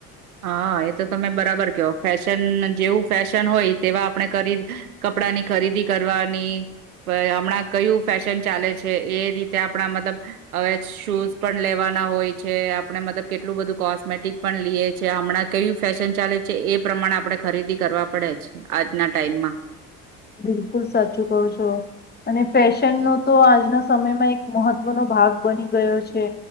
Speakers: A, on the right; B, on the left.
A: હા એ તો તમે બરાબર કવ ફેશન જેવું ફેશન હોય તેવા આપણે કરી કપડાની ખરીદી કરવાની હમણાં હા એતો તમે બરાબર કયો જેવું ફેશન હોય કાપડની ખરીદી કરવાની. કયું ફેશન ચાલે છે. એ રીતે આપણા મતલબ હવે શૂઝ પણ લેવાના હોય છે આપણે મતલબ કેટલું બધું કોસ્મેટિક પણ લઈએ હમણાં કયું ફેશન ચાલે છે. એ પ્રમાણે આપડણે ખરીદી કરવા પડે છે. આજના ટાઈમમાં.
B: બિલકુલ સાચું કહું છો અને ફેશનનો તો આજના સમયમાં એક મહત્વનો ભાગ બની ગયો છે